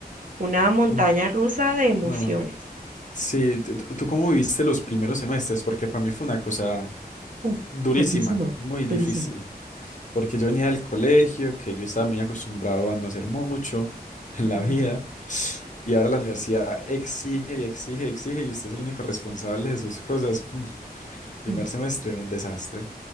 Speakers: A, on the right; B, on the left.
A: una montaña
B: un-
A: rusa de emociones.
B: una manta. Sí, ¿tú, tú- tú cómo viviste los primeros semestres? Porque para mí fue una cosa
A: Uf,
B: durísima,
A: fuertísimo,
B: muy difícil.
A: durísimo.
B: Porque yo venía del colegio, que yo estaba muy acostumbrado a no hacer mucho <laughs> en
A: Ujú,
B: la vida, y ahora la universidad exige y exige y exige, y usted es el único responsable de sus cosas. Mm, Primer
A: ujú.
B: semestre, un desastre.